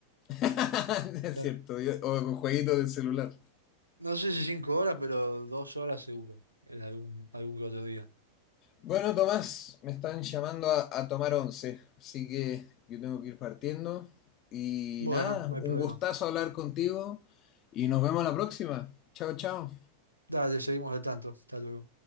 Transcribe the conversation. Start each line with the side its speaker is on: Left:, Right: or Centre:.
Left: <laughs> es
Right: No
Left: cierto, yo- o con jueguitos del celular.
Right: no sé si cinco horas, pero dos horas seguro, en algún, algún que otro día.
Left: Bueno, Tomás, me están llamando a, a tomar once, así que yo tengo que ir partiendo. Y
Right: Bueno,
Left: nada,
Right: no hay
Left: un
Right: problema.
Left: gustazo hablar contigo y nos vemos la próxima. Chao, chao.
Right: Dale, seguimos al tanto. Hasta luego.